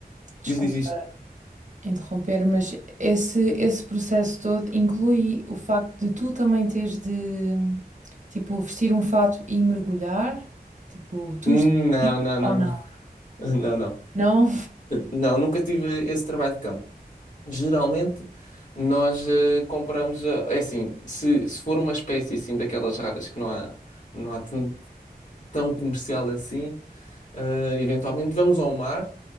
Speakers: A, on the right (about 50°); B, on the left (about 50°).
A: desculpa.
B: Diz, diz, diz.
A: interromper, mas esse, esse processo todo inclui o facto de tu também teres de, tipo, vestir um fato e mergulhar, tipo, tu
B: Não,
A: estás-
B: não, não,
A: ou não?
B: não. <laughs> Não, não.
A: Não?
B: Não, nunca tive esse trabalho de campo. Geralmente nós eh, compramos, eh, é assim, se, se for uma espécie assim daquelas raras que não há, não há tão tão comercial assim, eh, eventualmente vamos ao mar